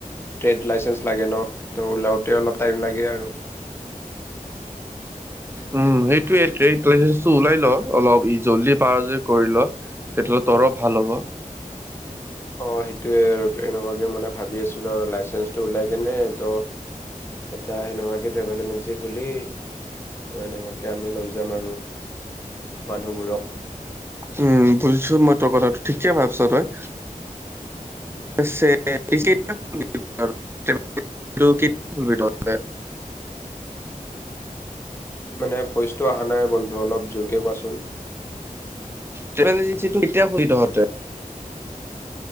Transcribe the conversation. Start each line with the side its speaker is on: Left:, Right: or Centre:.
Left: ট্ৰেড লাইচেন্ঞ্চ লাগে ন, তো ওলাওঁতে অলপ টাইম লাগে আৰু।
Right: উম সেইটোয়ে <unintelligible> ওলাই ল অলপ ই জল্দি পাৰজ কৰি লো। <unintelligible> ভাল হ'ব।
Left: অ সেইটোৱে আৰু এনেকুৱাকে মানে ভাবি আছিলোঁ আৰু লাইচেঞ্চটো ওলাই কেনে ত এটা সেনেকুৱাকে ট্ৰেভেল এজেঞ্চি খুলি ত' এনেকুৱাকে আমি লৈ যাম আৰু মানুহবোৰক।
Right: উম বুজিছো মই তোৰ কথাটো ঠিকে ভাবছো তই। <unintelligible> <unintelligible>
Left: কি মানে ভইচটো অহা নাই বন্ধু অলপ জোৰকে কোৱাচোন।
Right: টেভেল এজেঞ্চিটো কেতিয়া <unintelligible> তহঁতে